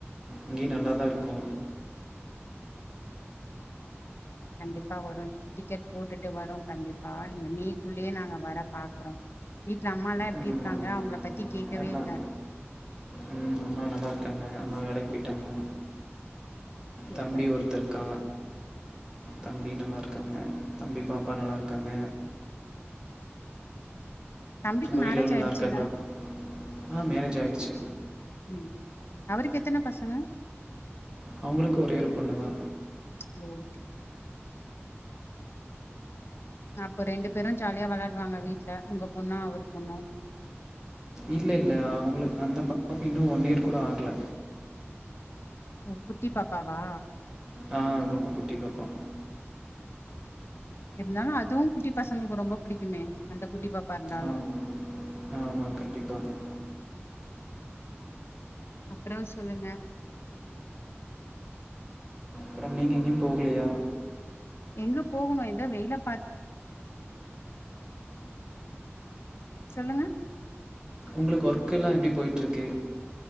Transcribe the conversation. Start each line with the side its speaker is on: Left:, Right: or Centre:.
Right: இங்கே நல்லா தா இருக்கு
Left: கண்டிப்பா வருன் டிக்கெட் போட்டுட்டு வரு கண்டிப்பா இங்க மீக்குள்யே நாங்க வர பாக்கறோ வீட்ல அம்மாலா எப்டி
Right: ம்
Left: இருக்காங்க
Right: ஆமாம்
Left: அவ்ங்ள பத்தி கேக்கவே
Right: எல்லாம்
Left: இல்ல
Right: ம் அம்மா நல்லார்க்காங்க அம்மாவே வேலைக் போய்ட்டாங்க
Left: சூப்பர்
Right: தம்பி ஒருத்த இருக்கா தம்பி நல்லார்க்காங்க தம்பி பாப்பா நல்லார்க்காங்க
Left: தம்பிக்கு
Right: உங்க வீட்லல்லா
Left: மேரேஜ்
Right: நல்லார்க்காங்ளா
Left: ஆயிடுச்சுல்ல
Right: ஆ மேரேஜ் ஆய்ர்ச்சு
Left: ம் அவருக்கு எத்தன பசங்க
Right: அவ்ங்ளுக்கு ஒரே ஒரு பொண்ணு தா
Left: லோகே அப்போ ரெண்டு பேரு ஜாலியா வெளாட்வாங்க வீட்ல உங்க பொண்ணு அவர் பொண்ணு
Right: இல்ல இல்ல அவ்ங்ளு அந்த பா <inaudible> இன்னு ஒன் இயர் கூட ஆக்ல
Left: ஓ குட்டி பாப்பாவா
Right: ஆ ரொம்ப குட்டி பாப்பா
Left: இருந்தாலு அதுவு குட்டி பசங்களுக்கு ரொம்ப பிடிக்குமே அந்த குட்டி பாப்பா இர்ந்தாலு
Right: ஆமாம் ஆமாம் கண்டிப்பாக
Left: ம் அப்பறோ சொல்லுங்க
Right: ப்றோ நீங் எங்யு போக்லையா
Left: எங்க போகணு இத்தா வெயில பாத்து சொல்லுங்க
Right: உங்ளுக் ஒர்க் எல்லா எப்டி போய்ட்டுருக்கு